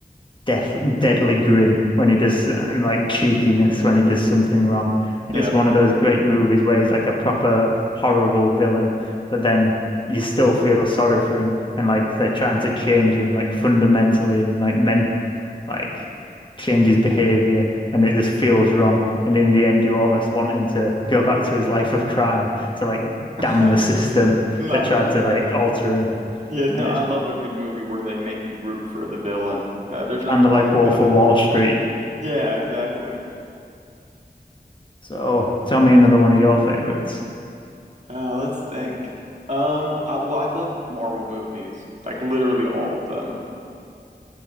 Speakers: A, on the left; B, on the right.
A: death deadly grin when he does and like cheekiness when he does something wrong.
B: Yeah.
A: And it's one of those great movies where he's like a proper horrible villain, but then you still feel sorry for him and like they're trying to change him like fundamentally and like men like change his behavior and it just feels wrong. And in the end you almost want him to go back to his life of crime to like
B: <laughs>
A: damn the system
B: Nice.
A: that tried to like alter him.
B: Yeah, no,
A: And
B: I
A: it's
B: love a good movie where they make you root for the villain. Uh, there's
A: kind
B: nothing
A: of
B: wrong
A: like
B: with
A: Wolf
B: that.
A: of Wall Street
B: Yeah, exactly.
A: So tell me another one of your favorites.
B: Uh, let's think. Um, I well, I love Marvel movies, like literally all of them.